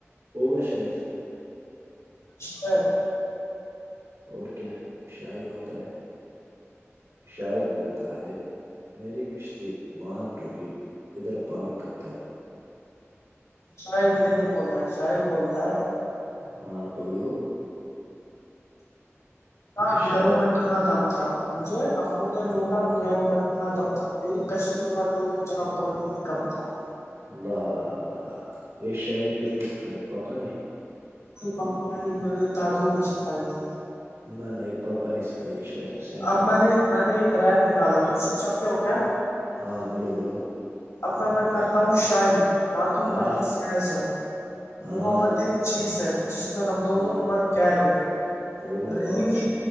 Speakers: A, on the right; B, on the left.
A: ہوگا شاید
B: اچ <unintelligible>
A: اور کیا شار ہوتا ہے شاعر بولتا ہے میری کشتی واہن ڈوبی ادھر پانی کم تھا
B: شاہل میں نے بولتا ہے شاہل بولتا ہے
A: ہاں بولو
B: ہاں ڈرو
A: شاعر
B: میں کہاں دم تھا مجھے اپنوں نے لوٹا گہروں میں کہاں دم تھا میری کشتی وہاں ڈوبی جہاں اور کم تھا <unintelligible>
A: واہ واہ یہ شاعری کس نے سکھائی پاپا نے
B: بپا میں نے میرے دادو نے سکھائی تھی
A: ان نہیںائ پاپا نس کا یہ شاید حس
B: اب میں نے میں نے ایک ریپ نکالا تو پوچھ سکتے ہو کیا
A: ہاں بولو بولو
B: اپنا میں کرتا ہوں شاعری نہ تو
A: ہاں
B: پڑھتی سیز ہے
A: ہاں
B: وہ بت ایک چیز ہے جس میں ہم دونوں
A: ہاں
B: عمر قید ہے
A: او مائی
B: رہے
A: گاڈ
B: گی